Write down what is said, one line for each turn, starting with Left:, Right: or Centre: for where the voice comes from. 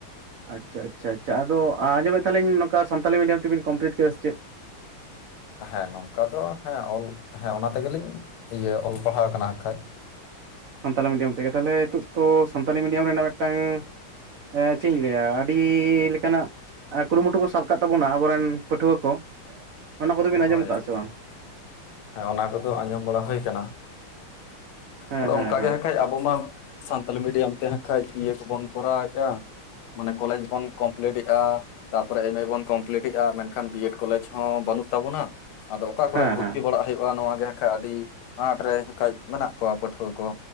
Right: ᱟᱪᱪᱷᱟ ᱟᱪᱪᱷᱟ ᱟᱪᱪᱷᱟ ᱟᱫᱚ ᱟᱸᱡᱚᱢᱮᱫ ᱛᱟᱸᱦᱮᱞᱤᱧ ᱱᱚᱝᱠᱟ ᱥᱟᱱᱛᱟᱞᱤ ᱢᱤᱰᱤᱭᱟᱢ ᱛᱮᱵᱤᱱ ᱠᱚᱢᱯᱞᱤᱴ ᱠᱮᱫᱟ ᱥᱮ ᱪᱮᱫ
Left: ᱦᱮᱸ ᱱᱚᱝᱠᱟ ᱫᱚ ᱦᱮᱸ ᱚᱞ ᱦᱮᱸ ᱚᱱᱟ ᱛᱮᱜᱮᱞᱤᱧ ᱤᱭᱟᱹ ᱚᱞ ᱯᱟᱲᱦᱟᱣ ᱟᱠᱟᱱᱟ ᱠᱷᱟᱱᱡ
Right: ᱥᱟᱱᱛᱟᱞᱤ ᱢᱤᱰᱤᱭᱟᱢ ᱛᱮᱜᱮ ᱛᱟᱦᱞᱮ ᱱᱤᱛᱚᱜ ᱛᱚ ᱥᱟᱱᱛᱟᱞᱤ ᱢᱤᱰᱤᱭᱟᱢ ᱨᱮᱱᱟᱜ ᱢᱤᱫᱴᱟᱝ ᱮ ᱪᱮᱫ ᱤᱧ ᱞᱟᱹᱭᱟ ᱟᱹᱰᱤ ᱞᱮᱠᱟᱱᱟᱜ ᱟᱨ ᱠᱩᱨᱩᱢᱩᱴᱩ ᱠᱚ ᱥᱟᱵ ᱠᱟᱜ ᱛᱟᱵᱚᱱᱟ ᱟᱵᱚᱨᱮᱱ ᱯᱟᱹᱴᱷᱩᱣᱟᱹ ᱠᱚ ᱚᱱᱟ ᱠᱚᱫᱚᱵᱤᱱ ᱟᱸᱡᱚᱢ
Left: ᱦᱳᱭ
Right: ᱠᱟᱜᱼᱟ
Left: ᱮᱠᱫᱚᱢ
Right: ᱥᱮ ᱵᱟᱝ
Left: ᱦᱮᱸ ᱚᱱᱟ ᱠᱚᱫᱚ ᱟᱸᱡᱚᱢ ᱵᱟᱲᱟ ᱦᱩᱭ ᱠᱟᱱᱟ
Right: ᱦᱮᱸ
Left: ᱟᱫᱚ
Right: ᱦᱮᱸ
Left: ᱚᱱᱠᱟ
Right: ᱦᱮᱸ
Left: ᱜᱮᱠᱷᱟᱡ ᱟᱵᱚ ᱢᱟ ᱥᱟᱱᱛᱟᱞᱤ ᱢᱤᱰᱤᱭᱟᱢ ᱛᱮ ᱱᱟ ᱠᱷᱟᱡ ᱤᱭᱟᱹ ᱠᱚᱵᱚᱱ ᱠᱚᱨᱟᱣᱮᱫᱼᱟ ᱢᱟᱱᱮ ᱠᱚᱞᱮᱡᱽ ᱵᱚᱱ ᱠᱚᱢᱯᱞᱤᱴ ᱮᱜᱼᱟ ᱛᱟᱯᱚᱨᱮ ᱮ ᱢᱮ ᱵᱚᱱ ᱠᱚᱢᱯᱞᱤᱴ ᱮᱜᱼᱟ ᱢᱮᱱᱠᱷᱟᱱ ᱵᱤᱭᱮᱰ ᱠᱚᱞᱮᱡᱽ ᱦᱚᱸ ᱵᱟᱹᱱᱩᱜᱼᱟ ᱛᱟᱵᱚᱱᱟ ᱟᱫᱚ ᱚᱠᱟ ᱠᱚᱨᱮ
Right: ᱦᱮᱸ
Left: ᱵᱷᱚᱛᱤ
Right: ᱦᱮᱸ
Left: ᱵᱟᱲᱟᱜ ᱦᱩᱭᱩᱜᱼᱟ ᱱᱚᱣᱟ ᱜᱮ ᱠᱷᱟᱡ ᱟᱹᱰᱤ ᱟᱱᱟᱴ ᱨᱮ ᱮᱱᱮᱠᱷᱟᱡ ᱢᱮᱱᱟᱜ ᱠᱚᱣᱟ ᱯᱟᱹᱴᱷᱩᱣᱟᱹ ᱠᱚ